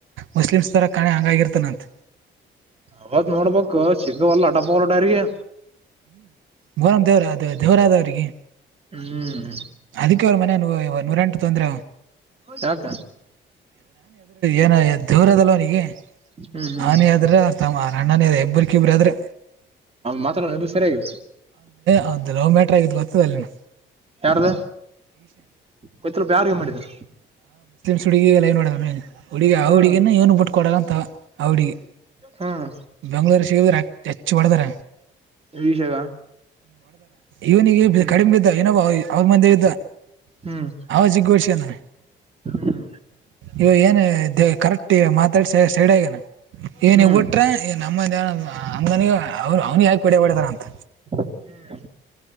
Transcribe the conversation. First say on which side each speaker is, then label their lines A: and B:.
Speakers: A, on the right; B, on the right.
A: ಮುಸ್ಲಿಮ್ಸ್ ತರ ಕಾಣೆ ಹಂಗಾಗಿರ್ತಾನಂತ
B: ಅವತ್ ನೋಡ್ಬೇಕು ಸಿಗ್ವಲ್ಲ ಟಪೋಗಟಾರಿಗೆ
A: ಮೊಹರಂ ದೇವರ ಅೇ ದೇವರ ಅದವ್ರರಿಗೆ
B: ಹ್ಮ್
A: ಅದಕ್ಕೆ ಅವ್ರ ಮನೆ ನೂರಂಟು ತೊಂದ್ರೆ
B: ಯಾಕ
A: ಏನ ದೂರ ಅದಲ್ಲವ ಅವನಿಗೆ
B: ಹ್ಮ್ ಹ್ಮ್
A: ಆನೆ ಅ ಆದ್ರೆ ಅಣ್ಣನ ಇಬ್ಬ್ರಕ ಇಬರು ಆದ್ರೆ
B: ಮಾತ್ದಲ್ ಇಬ್ರು ಸರಿಯಾಗಿ
A: ಹದುಲವ ಮೀಟ್ರ ಆಗಿತ್ತು ಗೊತ್ತದಲ್ಲಿನ
B: ಯಾರ್ದ ಗೊತ್ತಿಲ್ಪ ಯಾರ್ ಏನ್ ಮಾಡಿದ್ರು
A: ಹುಡುಗಿಗೆ ಲೈನ್ ನೋದ ಹುಡುಗ ಆ
B: ಹ್ಮ್
A: ಹುಡುಗಿಯನ ಏನು ಬಿಟ್ಕೊಡಂತ ಹುಡಿಗೆ
B: ಹ್ಮ್
A: ಬೆಂಗ್ಳೂರು ಶೇಗದ್ರ ಹೆಚ್ಚು ಹೊಡದ್ರ
B: ವಿಷಗ
A: ಇವನಿಗೆ
B: ಹ್ಮ್
A: ಕಡಿಮೆ ಇದ್ದ ಇವನ ಅವ್ರ ಮಂದೆ ಇದ್ದ
B: ಹ್ಮ್
A: ಅವ ಸಿಗ ಕಂದ್ರ
B: ಹ್ಮ್
A: ಇವ ಏನು ಕರೆಕ್ಟ್ ಮಾತಾಡ್ ಸೈಡಗನ ಏನ್
B: ಹ್ಮ್
A: ಇಬಟ್ರ ನಮ್ಮ ಅಂದನಗ ಅವ ಅವ್ನಿ ಯಾಕೆ ಹೊಡಬಡತಾರ ಅಂತ
B: ಹ್ಮ್